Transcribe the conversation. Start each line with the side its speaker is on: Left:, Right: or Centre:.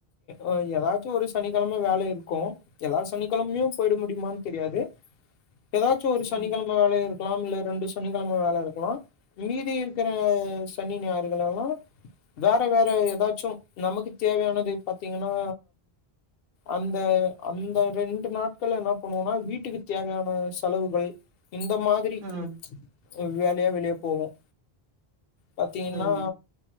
Left: ஆ ஏதாச்சும் ஒரு சனிக்கிழமை வேலை இருக்கும் ஏதாவது சனிக்கிழமையும் போயிட முடியுமான்னு தெரியாது ஏதாச்சும் ஒரு
Right: ம்
Left: சனிக்கிழமை வேலைய இருக்கு க்கலாம் இல்ல ரெண்டு சனிக்கிழமை வேலை எ இருக்கலாம் மீதி இருக்கிற சனி ஞார்கள் எல்லாம் வேற வேற ஏதாச்சும் நமக்கு தேவையானது பாத்தீங்கன்னா அந்த அந்த ரெண்டு நாட்கள்ன பண்ணுவோனா வீட்டுக்கு தேவையான செலவுகள் இந்த மாதிரி
Right: ம்
Left: இவ வேலையா வெளிய போவும் பாத்தீங்கன்னா
Right: ம்